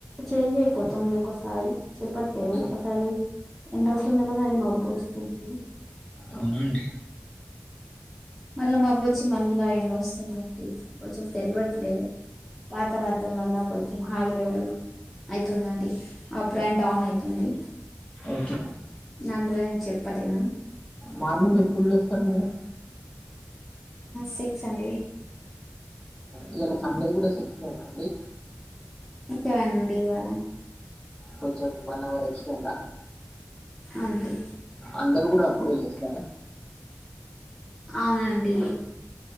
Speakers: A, in the centre; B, on the left (about 20°).
A: చేంజ్ అయిపోతుంది
B: ఉమ్,
A: ఒకసారి చెప్పట్లేవు
B: ఉమ్.
A: ఒకసారి ఎండ వస్తుంది ఒకసారి మబ్బు వస్తుంది
B: అవునండి
A: మళ్ళా మబ్బు వచ్చి మళ్ళా ఎండ వస్తుందండి కొంచెం తెలువట్లేదు వాతావరణం వల్ల కొంచెం హై లెవెల్ అవుతుందిండి అప్ అండ్ డౌన్ అవుతుంది
B: ఓకే
A: నందివేమ్ చెప్పతేమ
B: మార్నింగ్ ఎప్పుడు లేస్తారు మేడం
A: సిక్స్ అండి
B: ఈయల సండే కూడా సిక్స్ అనాండి
A: <unintelligible> ఇవాళ
B: కొంచెం వన్ అవర్ ఎక్స్టడా
A: అండి
B: అందరుూ కూడా అప్పుడు లేస్తర
A: అవునండి